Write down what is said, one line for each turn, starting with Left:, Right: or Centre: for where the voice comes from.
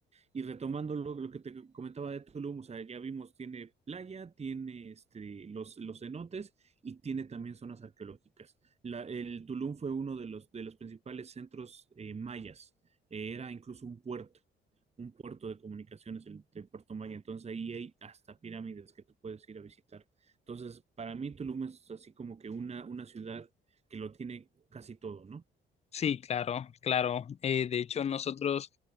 Right: Y retomando lo, lo que te comentaba de Tulum, o sea, ya vimos, tiene playa, tiene este, los, los cenotes y tiene también zonas arqueológicas. La- el Tulum fue uno de los, de los principales centros eh, mayas, Eh, era incluso un puerto, un puerto de comunicaciones, el, el puerto maya, entonces ahí hay hasta pirámides que tú puedes ir a visitar. Entonces, para mí Tulum es así como que una, una ciudad que lo tiene casi todo, ¿no?
Left: Sí, claro, claro. Eh, de hecho, nosotros